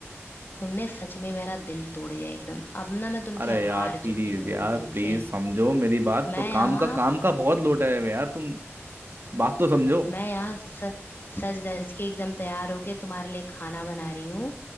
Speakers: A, on the left; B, on the right.
A: तुमने सच में मेरा दिल तोड़ दिया एकदम अब ना मैं तुमसे
B: अरे यार
A: हार
B: प्लीज
A: चुकी हूँ
B: यार
A: एकदम
B: प्लीज
A: से
B: समझो मेरी बात
A: मैं
B: तो काम
A: यहाँ
B: का काम का बहुत लोड है यार तुम बात तो समझो
A: मैं यहाँ स- सज धज के एकदम तैयार होके तुम्हारे लिए खाना बना रही हूँ